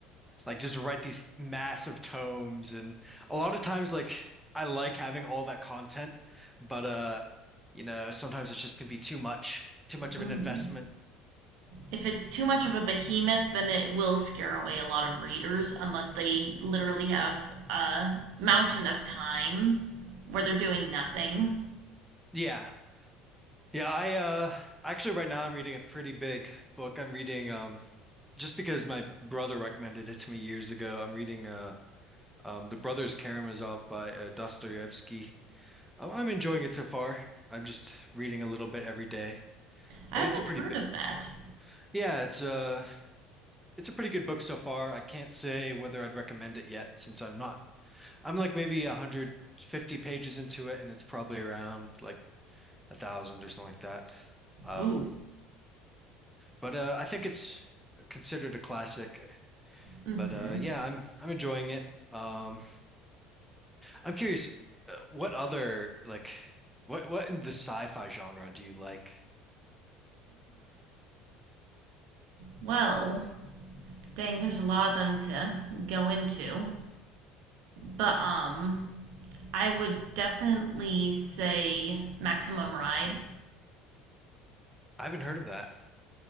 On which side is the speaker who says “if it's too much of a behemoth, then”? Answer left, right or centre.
Right